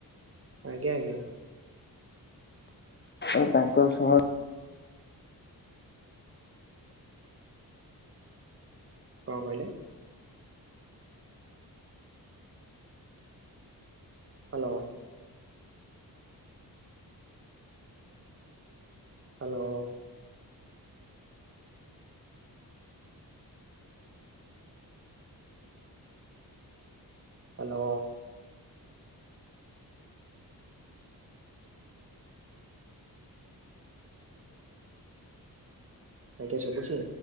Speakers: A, on the right; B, on the left.
A: ଆଜ୍ଞା, ଆଜ୍ଞା।
B: ଏବଂ ତାଙ୍କ ସହ
A: କଣ କହିଲେ? ହ୍ୟାଲୋ ହ୍ୟାଲୋ ହ୍ୟାଲୋ ଆଜ୍ଞା ଶୁଭୁଛି?